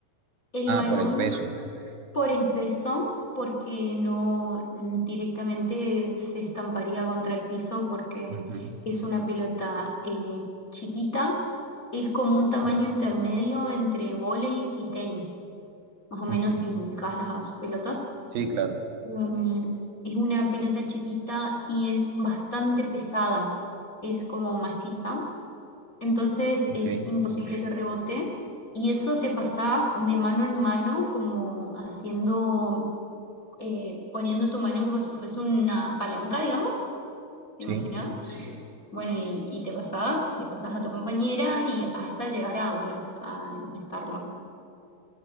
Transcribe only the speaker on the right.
Ah,
por el peso.
Ujú,
ujú,
ujú.
Sí, claro.
Ok,
sí.